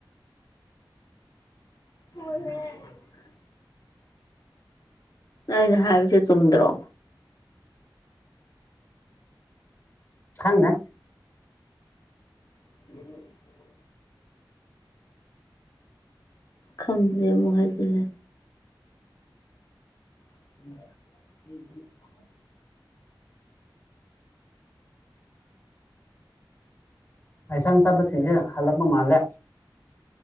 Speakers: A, on the left; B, on the left.
A: <unintelligible> ꯑꯩꯅ ꯍꯥꯏꯕꯁꯤ ꯆꯨꯝꯗ꯭ꯔꯣ
B: ꯈꯪ ꯗꯦ
A: <unintelligible> ꯈꯪꯗꯦ ꯃꯨ ꯍꯥꯏꯖꯜꯂꯦ <unintelligible>
B: ꯑꯁꯪ ꯇꯞꯄ ꯁꯤꯡ ꯍꯜꯂꯄ ꯃꯥꯂꯦ